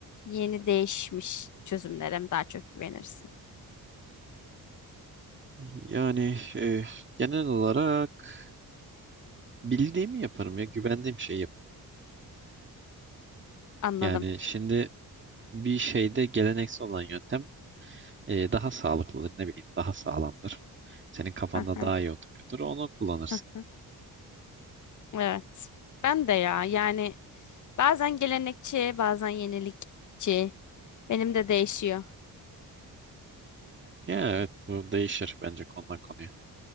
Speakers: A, on the left; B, on the right.
A: Yeni değişmiş çözümlere mi daha çok güvenirsin?
B: Yani e, genel olarak bildiğimi yaparım ya, güvendiğim şeyi yap.
A: Anladım.
B: Yani şimdi bir şeyde geleneksel olan yöntem e, daha sağlıklıdır, ne bileyim daha sağlamdır. Senin kafanda
A: Aha,
B: daha iyi oturuyordur, onu kullanırsın.
A: aha. Evet. Ben de ya yani bazen gelenekçi bazen yenilikçi. Benim de değişiyor.
B: Ya evet bu değişir bence konudan konuya.